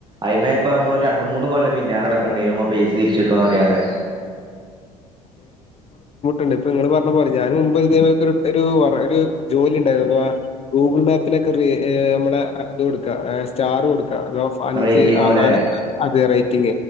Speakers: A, on the right; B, on the left.
A: അയിമ്മേ ഇപ്പൊ നമ്മളരു രണ്ട് മൂന്ന് കൊല്ല പിന്നാലടക്കണ്ടേരും ആപൈസ തി ചിട്ടും അറിയാതെ
B: ഉണ്ട് ഇപ്പോ ഇങ്ങള് പറഞ്ഞ പോലെ ഞൻ മുമ്പ് ഇതേ ഒരു വർ ജോലി ഉണ്ടായിരുന്നു. അതെ ഗൂഗിൾ മാപ്പിനെ നമ്മടെ അത് കൊടുക്ക സ്റ്റാർ കൊടു- അ അതോ ഫഞ്ച്
A: റേറ്റിംഗ്
B: അ
A: പോലെല്ലേ
B: അത് അതെ റേറ്റി